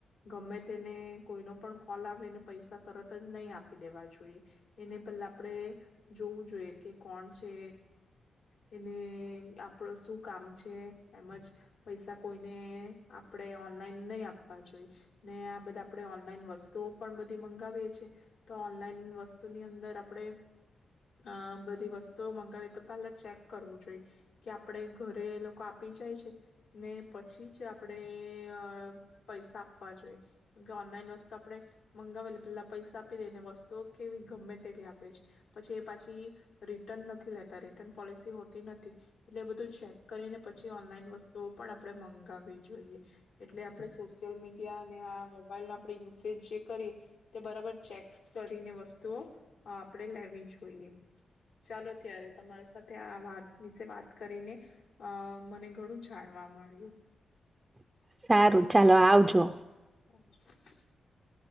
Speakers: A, on the left; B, on the right.
A: ગમે તેને કોઈનો પણ કોલ આવેને પૈસા તરત જ નહીં આપી દેવા જોઈએ એને પહેલા આપણેે જોવું જોઈએ કે કોણ છે એને આપણ શું કામ છે. એમજ પૈસા કોઈને આપણે ઓનલાઈન નહી આપવા જોઈએ ને આ બધા આપણેે ઓનલાઈન વસ્તુઓ પણ બધી મંગાવીએ છી તો ઓનલાઈન વસ્તુની અંદર આપણેે અ બધી વસ્તુઓ મંગાવીએ તો પહેલા ચેક કરવું જોઈ કે આપણે ઘરે લોકો આ આપી જાય છે ને પછી જ આપણેે પૈસા આપવા જોઈએ કેમકે ઓનલાઈન વસ્તુ આપણે મંગાવેલી પેલા પૈસા આપી દે ને વસ્તુ કેવી ગમે તેવી આપે છે પછી એ પાછી રિટર્ન નથી લેતા રિટર્ન પોલિસી હોતી નથી એટલે એ બધું ચેક કરીને પછી ઓનલાઈન વસ્તુઓ પણ આપણે મંગાવવી જોઈએ. એટલે આપણે સોશિયલ મીડિયા અને આ મોબાઈલનો આપણે યુસેજ જે કરીએ તે બરાબર ચેક કરીને વસ્તુઓ આપણે લેવી જોઈએ ચાલો ત્યારે તમારી સાથે આ વાત વિશે વાત કરીને અ મને ઘણું જાણવા મળ્યું.
B: સારું ચાલો આવજો.
A: <unintelligible>